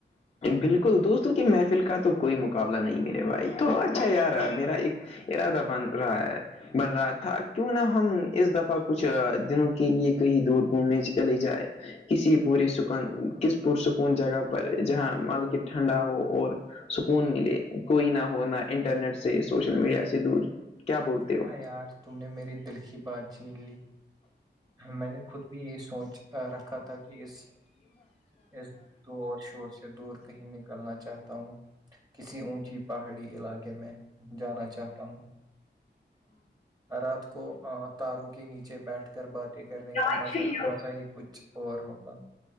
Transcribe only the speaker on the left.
بالکل دوستوں کی محفل کا تو کوئی مقابلہ نہیں میرے بھائی تھوڑا اچھا یارا میرا ایک ارادہ بن رہا ہے بن رہا تھا کیوں نہ ہم اس دفعہ کچھ دنوں کے لیے کہیں دور گھومنے چلے جائے کسی پوری سکون کس پرسکون جگہ پر جہاں مطلب کے ٹھنڈا ہو اور سکون ملے کوئی نہ ہونا انٹرنیٹ سے سوشل میڈیا سے دور کیا بولتے ہو
اچھا